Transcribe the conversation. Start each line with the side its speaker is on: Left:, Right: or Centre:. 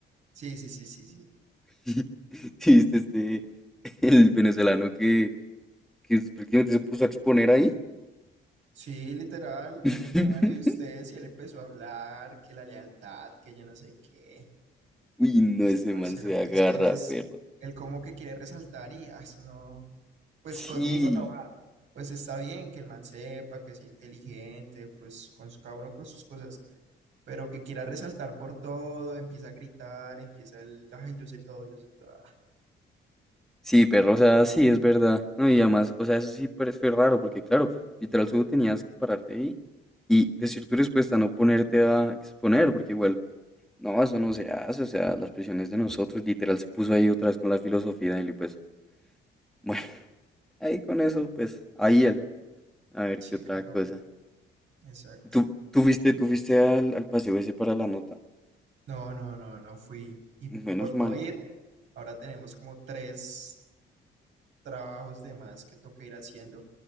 Right: Sí, sí, sí, sí, sí.
Centre: <laughs> ¿Sí viste este, el venezolano que, que prácticamente se puso a exponer ahí?
Right: Sí, literal,
Centre: <laughs>
Right: el tema era de ustedes y él empezó a hablar que la lealtad, que yo no sé qué,
Centre: Uy, no,
Right: ese
Centre: ese
Right: parcero
Centre: man se
Right: que
Centre: agarra,
Right: es que él es,
Centre: perro.
Right: él como que quiere resaltar y ah, eso no, pues
Centre: Sí.
Right: conmigo no va. Pues está bien que el man sepa, que sea inteligente, pues con su- cada uno con sus cosas, pero que quiera resaltar por todo, empieza a gritar, empieza el, ay, yo sé todo, yo sé todo. Ah,
Centre: Sí, perro, o sea, sí, es verdad. No, y además, o sea, eso sí pero fue raro, porque claro, literal, solo tenías que pararte ahí y decir tu respuesta, no ponerte a exponer, porque igual, no, eso no se hace, o sea, las prisiones de nosotros, literal, se puso ahí otra vez con la filosofía de él y pues, bueno, <laughs> ahí con eso, pues, ahí él. A ver,
Right: Sí,
Centre: qué otra
Right: creo,
Centre: cosa.
Right: exacto.
Centre: ¿Tú, tú fuiste, tú fuiste al, al paseo ese para la nota?
Right: No, no, no, no fui. Y
Centre: Menos
Right: por
Centre: mal,
Right: no ir, ahora tenemos como tres trabajos de más que toca ir haciendo.